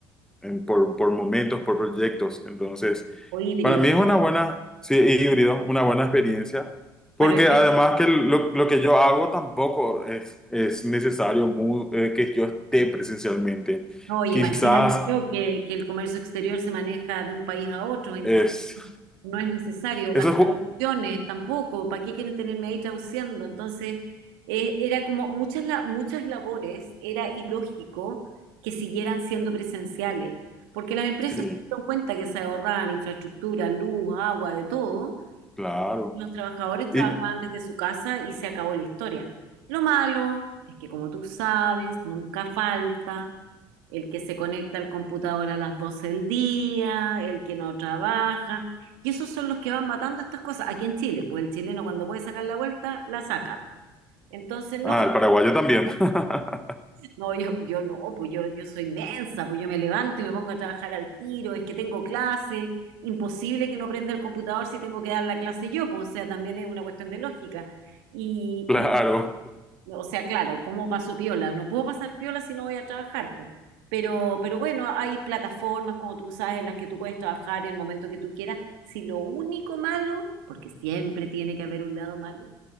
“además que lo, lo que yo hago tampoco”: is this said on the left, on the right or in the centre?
Centre